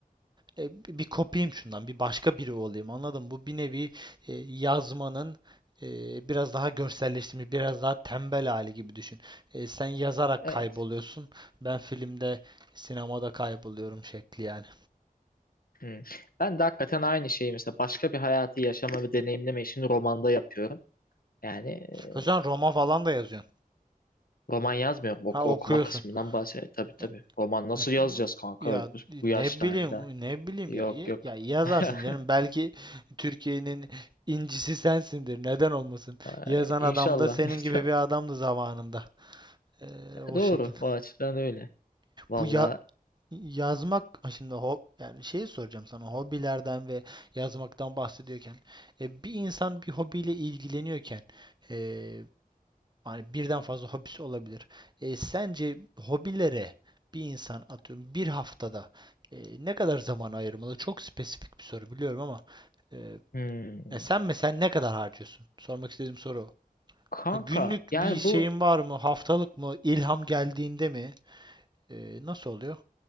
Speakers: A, on the right (about 30°); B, on the left (about 75°).
A: e, bir kopayım şundan, bir başka biri olayım. Anladın mı? Bu bir nevi e, yazmanın e, biraz daha görselleştirilmiş, biraz daha tembel hali gibi düşün. E, sen yazarak
B: <laughs>
A: kayboluyorsun.
B: evet.
A: Ben filmde, sinemada kayboluyorum şekli yani.
B: Hı. Ben de hakikaten aynı şeyi mesela başka bir hayatı yaşama ve deneyimleme işini romanda yapıyorum. Yani e,
A: O sen roman falan da yazıyorsun.
B: roman yazmıyorum. Oku,
A: Ha okuyorsun.
B: okuma kısmından bahsediyorum. E, Tabii tabii.
A: E,
B: Roman nasıl
A: evet.
B: yazacağız kanka?
A: Ya
B: Bu, bu
A: ne
B: yaşta
A: bileyim,
B: hani daha.
A: ne bileyim
B: Yok
A: ya, ya
B: yok.
A: ya yazarsın
B: <laughs>
A: canım. Belki Türkiye'nin incisi sensindir. Neden olmasın?
B: Ay,
A: Yazan
B: İnşallah.
A: adam da senin
B: <laughs> inşallah.
A: gibi bir adamdı zamanında. Ee, o
B: E, Doğru.
A: şekil.
B: O açıdan öyle. Valla.
A: Bu ya yazmak Ha şimdi ho yani şeyi soracağım sana hobilerden ve yazmaktan bahsediyorken e, bir insan bir hobiyle ilgileniyorken e, hani birden fazla hobisi olabilir. E, sence hobilere bir insan atıyorum bir haftada e, ne kadar zaman ayırmalı? Çok spesifik bir soru biliyorum ama e,
B: hmm.
A: ya sen mesela ne kadar harcıyorsun? Sormak istediğim soru o.
B: Kanka
A: Ha, günlük
B: yani
A: bir şeyin
B: bu
A: var mı? Haftalık mı? İlham geldiğinde mi? E, nasıl oluyor?